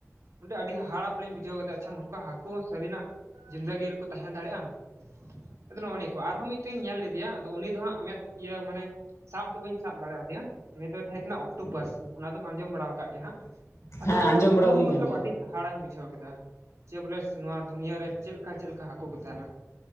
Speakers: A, on the right; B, on the left.
A: ᱚᱸᱰᱮ ᱟᱹᱰᱤ ᱦᱟᱦᱟᱲᱟ ᱵᱚᱞᱤᱧ ᱵᱩᱡᱷᱟᱹᱣ ᱮᱫᱟ ᱟᱪᱪᱷᱟ ᱱᱚᱝᱠᱟ ᱦᱟᱹᱠᱩ ᱦᱚᱸ ᱥᱟᱹᱨᱤᱱᱟᱜ ᱡᱤᱱᱫᱮᱜᱤ ᱨᱮ ᱠᱚ ᱛᱟᱦᱮᱸ ᱫᱟᱲᱮᱭᱟᱜᱼᱟ? ᱟᱫᱚ ᱱᱚᱜᱼᱚ ᱱᱤᱭᱟᱹ ᱠᱚ ᱟᱨᱦᱚᱸ ᱢᱤᱫᱴᱤᱧ ᱧᱮᱞ ᱞᱤᱫᱤᱭᱟ ᱟᱫᱚ ᱩᱱᱤ ᱫᱚ ᱦᱟᱸᱜ ᱢᱮᱫ ᱤᱭᱟᱹ ᱢᱟᱱᱮ ᱥᱟᱵ ᱫᱚ ᱵᱟᱹᱧ ᱥᱟᱵ ᱫᱟᱲᱮ ᱟᱫᱮᱭᱟ ᱩᱱᱤ ᱫᱚᱭ ᱛᱟᱦᱮᱸ ᱠᱟᱱᱟ ᱚᱠᱴᱳᱯᱟᱥ ᱚᱱᱟ ᱫᱚᱢ ᱟᱸᱡᱚᱢ ᱵᱟᱲᱟᱣ ᱟᱠᱟᱜ ᱜᱮᱭᱟ ᱦᱟᱸᱜᱼᱼ ᱟᱫᱚ
B: ᱦᱮᱸ ᱟᱸᱡᱚᱢ
A: ᱩᱱᱤ
B: ᱵᱟᱲᱟ
A: ᱦᱚᱸ
B: ᱦᱩᱭ
A: ᱢᱚᱛᱨᱚᱵ
B: ᱟᱠᱟᱱ ᱜᱮᱭᱟ
A: ᱟᱹᱰᱤ ᱦᱟᱦᱟᱲᱟᱹᱧ ᱵᱩᱡᱷᱟᱹᱣ ᱠᱮᱫᱟ ᱾ ᱪᱮ ᱵᱚᱞᱮ ᱥᱮ ᱱᱚᱣᱟ ᱫᱩᱱᱭᱟᱹ ᱨᱮ ᱪᱮᱞᱠᱟ ᱪᱮᱞᱠᱟ ᱦᱟᱹᱠᱩ ᱠᱚ ᱛᱟᱸᱦᱮᱱᱟ?